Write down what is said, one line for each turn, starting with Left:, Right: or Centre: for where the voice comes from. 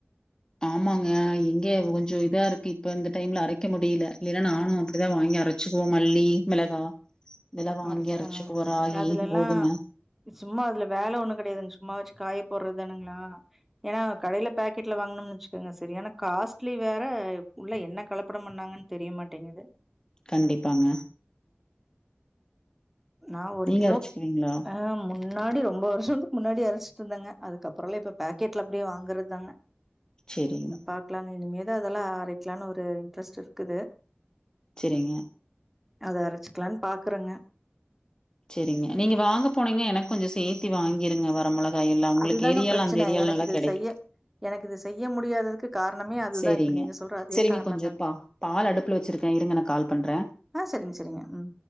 Left: ஆமாங்க எங்க கொஞ்சோ இதா இருக்கு இப்ப இந்த டைம்ல அரைக்க முடியுல இல்ல நானோ
Centre: ம்.
Left: அப்டிதா வாங்கி அரச்சிக்குவோ மல்லி மெளகா இதுல வாங்கி
Centre: அரைச்சுக்கங்க.
Left: அரச்சிக்குவோ ராகி
Centre: அதுலலாம்
Left: கோதும
Centre: சும்மா அதுல வேல ஒண்ணு கெடையாதுங்க சும்மா வெச்சு காய போடுறதுதானுங்களா ஏன்னா கடையில பேக்கெட்ல வாங்கணும்னு வெச்சுக்கோங்க சரியான காஸ்ட்லி வேற உள்ள என்ன கலப்படம் பண்ணாங்கன்னு தெரியமாட்டேங்குது
Left: கண்டிப்பாங்க
Centre: நா ஒரு
Left: நீங்க
Centre: கிலோ
Left: அரைச்சுக்குவீங்களா
Centre: ஆ முன்னாடி ரொம்போ வருஷத்துக்கு முன்னாடி அரச்சிட்ருந்தேங்க அதுக்கப்புறல இப்போ பேக்கெட்ல அப்படியே வாங்குறதாங்க
Left: செரிங்க
Centre: பாக்கலாங்க இனிமேதா அதெல்லா அரைக்கலானு ஒரு இன்ட்ரெஸ்ட் இருக்குது
Left: செரிங்க
Centre: அத அரச்சுக்கலானு பாக்குறேங்க
Left: செரிங்க நீங்க வாங்க போனீங்க எனக்கு கொஞ்சோ சேத்தி வாங்கிருங்க வர மொள காயே எல்லா உங்களுக்கு
Centre: அதுதாங்க
Left: ஏரியால
Centre: பிரச்சன
Left: அந்த ஏரியால
Centre: எனக்கு
Left: நல்லா
Centre: இது
Left: கெடைக்
Centre: செய்ய எனக்கு இது செய்ய முடியாததுக்கு காரணமே அதுதா
Left: செரிங்க
Centre: இப்ப நீங்க சொல்ற அதே
Left: செரிங்க
Centre: காரணந்தாங்க
Left: கொஞ்சோ பா பால் அடுப்புல வெச்சிரு க்க இருங்க நா கால் பண்றே
Centre: ஆ செரிங்க செரிங்க ம்